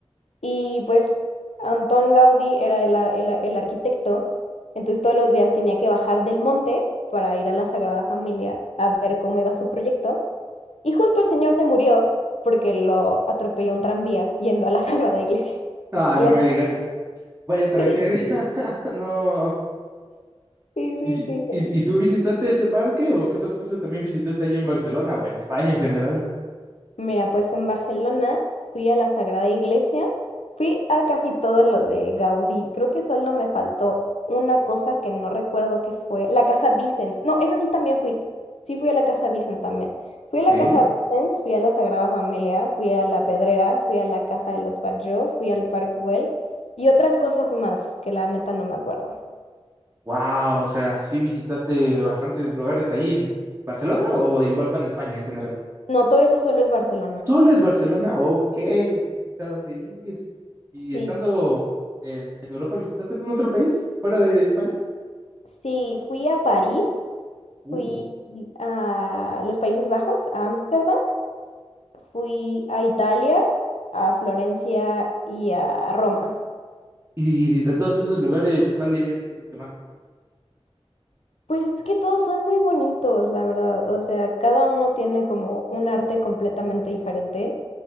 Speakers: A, on the left; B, on the right.
A: Y pues Antón Gaudí era el, ar- el ar- el arquitecto, entonces todos los días tenía que bajar del monte para ir a la Sagrada Familia a ver cómo iba su proyecto. Y justo el señor se murió porque lo atropelló un tranvía yendo a la <laughs> Sagrada Iglesia.
B: Ah,
A: A
B: no
A: la-
B: me digas, vaya tragedia.
A: Sí,
B: <laughs> No.
A: sí, sí,
B: ¿Y,
A: sí.
B: y, y tú visitaste ese parque o qué otras cosas también visitaste allí en Barcelona o en España en general?
A: Mira, pues en Barcelona fui a la Sagrada Iglesia, fui a casi todo lo de Gaudí. Creo que solo me faltó una cosa que no recuerdo que fue, la Casa Vicens. No, esa sí también fui. Sí fui a la Casa Vicens también. Fui
B: Ok.
A: a la Casa Vicens, fui a la Sagrada Familia, fui a la Pedrera, fui a la Casa de los Batlló, fui al Parc Güell y otras cosas más que la neta no me acuerdo.
B: Wow, o sea, sí visitaste bastantes lugares allí en Barcelona o igual fue en España en general.
A: No, todo eso solo es Barcelona.
B: ¿Solo es Barcelona? Ok, entonces ya sé a dónde ir. ¿Y
A: Sí,
B: estando en, en Europa visitaste algún otro país fuera de España?
A: sí, fui a París,
B: Uh.
A: fui a los Países Bajos, a Ámsterdam, fui a Italia, a Florencia y a Roma.
B: Y, de de todos esos lugares, ¿cuál dirías que es el que más te gusta?
A: Pues es que todos son muy bonitos, la verdad. O sea, cada uno tiene como un arte completamente diferente,